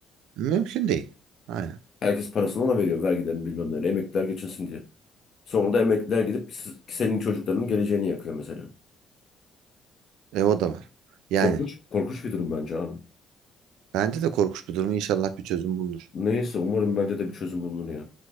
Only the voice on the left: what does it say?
Herkes parasını ona veriyor vergilerini bilmem neleri emekliler geçinsin diye. Sonra da emekliler gidip siz- senin çocuklarının geleceğini yakıyor mesela.
Korkunç, korkunç bir durum bence abi.
Neyse umarım bence de bir çözüm bulunur ya.